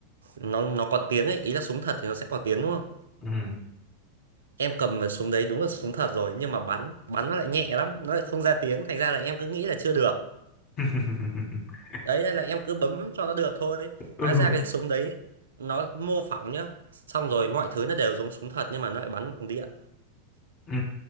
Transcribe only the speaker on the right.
nó nó có tiếng ấy ý là súng thật thì nó sẽ có tiếng đúng không
em cầm vào súng đấy đúng là súng thật rồi nhưng mà bắn bắn nó lại nhẹ lắm nó lại không ra tiếng thành ra là em cứ nghĩ là chưa được
đấy nên là em cứ bấm cho nó được thôi
hóa ra cái súng đấy nó mô phỏng nhá xong rồi mọi thứ nó đều giống súng thật nhưng mà nó lại bắn bằng điện